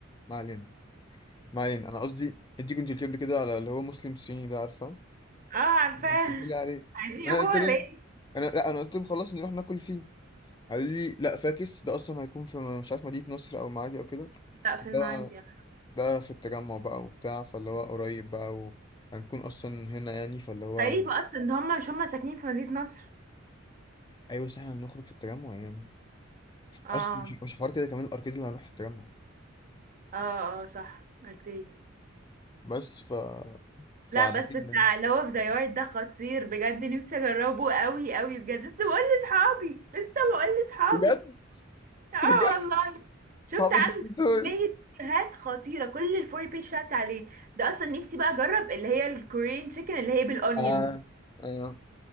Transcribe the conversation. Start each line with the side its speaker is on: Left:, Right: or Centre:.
Left: ما علينا ما علينا انا قصدي انت كنت قلت لي كده على اللي هو مسلم صيني ده عارفه
Right: اه عارفاه
Left: انت بتقولي عليه
Right: عايزين يروحوا
Left: انا قلت
Right: ولا
Left: له
Right: ايه
Left: انا لا انا قلت لهم خلاص نروح ناكل فيه قالوا لي لا فاكس ده اصلا هيكون في مش عارف مدينة نصر او معادي او كده
Right: لا
Left: ده
Right: في المعادي يعني
Left: ده في التجمع بقى وبتاع فاللي هو قريب بقى وهنكون اصلا هنا يعني فاللي هو
Right: غريبة اصلا ده هم مش هم ساكنين في مدينة نصر
Left: ايوه بس احنا هنخرج في التجمع يعني
Right: اه
Left: اصلا مش مش حوار كده كمان الاركيد اللي هنروح في التجمع
Right: اه اه صح اوكي
Left: بس ف فعلى
Right: لا بس
Left: كده
Right: بتاع
Left: يعني.
Right: اللي هو في ديار ده خطير بجد نفسي اجربه قوي قوي بجد لسه بقول لاصحابي لسه بقول لاصحابي
Left: بجد
Right: اه
Left: بجد
Right: والله شفت
Left: صحابك
Right: عنده
Left: دول
Right: كمية فيديوهات خطيرة كل الفور بيج بتاعتي عليه ده اصلا نفسي بقى اجرب اللي هي الكورين تشيكن اللي هي بالاونيونز
Left: آه. آه.